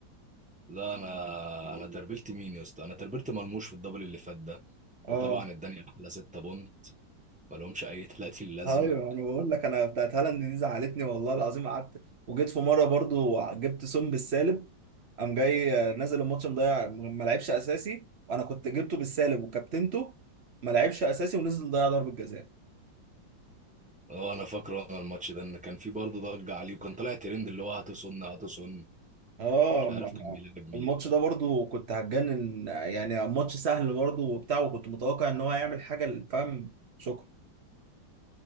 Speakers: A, in the centre; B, on the right.
A: لا أنا أنا تربلت مين يا اسطى أنا تربلت مرموش في الدبل اللي فات ده
B: اه
A: وطبعا اداني احلى ستة بونت ملهمش اي 30 لازمه
B: ايوه انا بقول لك انا بتاعت هالاند دي زعلتني والله العظيم قعدت وجيت في مره برضو جبت سون بالسالب قام جاي نازل الماتش مضيع ما لعبش اساسي وانا كنت جبته بالسالب وكابتنته ما لعبش اساسي ونزل ضيع ضربة جزاء
A: اه انا فاكره انا الماتش ده ان كان في برضه ضجه عليه وكان طالع ترند اللي هو هتصن هتصن
B: اه
A: مش عارف
B: ما-
A: كان بيلعب مين
B: الماتش ده برضو كنت هتجنن يعني ماتش سهل برضو وبتاع وكنت متوقع ان هو هيعمل حاجة فاهم شكرا